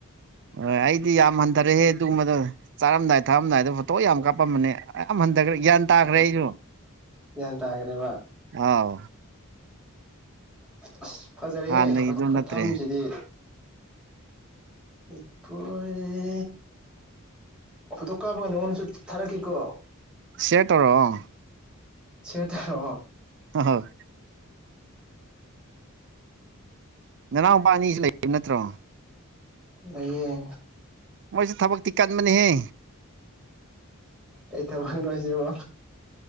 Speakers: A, on the right (about 55°); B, in the centre.
A: ꯍꯣꯏ ꯑꯩꯗꯤ ꯌꯥꯝ ꯍꯟꯊꯔꯛꯍꯦ ꯑꯗꯨꯒꯨꯝꯕꯗ ꯆꯥꯔꯝꯗꯥꯏ ꯊꯛꯔꯝꯗꯥꯏ ꯑꯗꯣ ꯐꯣꯇꯣ ꯌꯥꯝ ꯀꯥꯞꯄꯝꯕꯅꯦ ꯑ ꯍꯟꯊꯈ꯭ꯔꯦ ꯒ꯭ꯌꯥꯟ ꯇꯥꯈ꯭ꯔꯦ ꯑꯩꯁꯨ
B: ꯒ꯭ꯌꯥꯟ ꯇꯥꯈ꯭ꯔꯦꯕ
A: ꯑꯥꯎ
B: ꯑꯁ ꯐꯖꯔꯦꯍꯦ
A: ꯍꯥꯟꯅꯒꯤꯗꯨ
B: ꯈꯨꯊꯝꯁꯤꯗꯤ
A: ꯅꯠꯇ꯭ꯔꯦ
B: ꯏꯄꯦ ꯐꯣꯇꯣ ꯀꯥꯞꯄꯒ ꯅꯉꯣꯟꯗꯁꯨ ꯊꯥꯔꯛꯈꯤꯀꯣ
A: ꯁꯦꯔꯇꯧꯔꯛꯑꯣ
B: ꯁꯦꯔꯇꯧꯔꯛꯑꯣ
A: ꯍꯣꯏ ꯅꯅꯥꯎꯄꯥ ꯑꯅꯤꯁꯨ ꯂꯩꯕ ꯅꯠꯇ꯭ꯔꯣ
B: ꯂꯩꯌꯦ
A: ꯃꯣꯏꯁꯦ ꯊꯕꯛꯇꯤ ꯀꯟꯕꯅꯤꯍꯦ
B: ꯀꯩ ꯊꯃꯅꯅꯨꯡꯉꯁꯤꯕ